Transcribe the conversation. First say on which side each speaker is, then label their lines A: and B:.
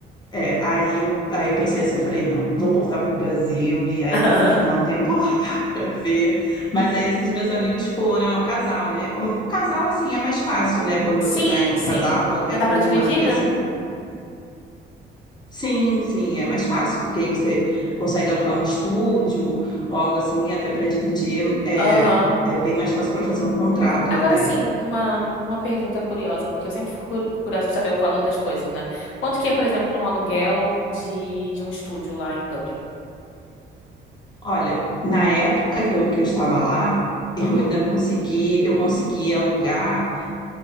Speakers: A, on the left (about 20°); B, on the left (about 80°).
A: é, aí eu, aí eu pensei assim, eu falei, não, vou voltar para o Brasil e aí
B: <laughs>
A: ficar um tempo lá <laughs> para ver. Mas aí esses meus amigos foram, é um casal, né? Como casal, assim, é mais fácil, né? Quando
B: Sim,
A: você tá em
B: sim.
A: casal ou até
B: Já dá
A: com
B: pra
A: alguma
B: dividir,
A: amiga
B: né?
A: assim. Sim, sim, é mais fácil, porque aí você consegue alugar um estúdio ou algo assim, até para dividir. É,
B: Aham.
A: é bem mais fácil para fazer um contrato
B: Co- Agora
A: até.
B: sim, uma, uma pergunta curiosa, porque eu sempre fico cu- curiosa para saber o valor das coisas, né? Quanto que é, por exemplo, um aluguel de, de um estúdio lá em Dublin?
A: Olha, na época que eu, que eu estava lá, eu
B: Aham.
A: ainda consegui, eu consegui alugar.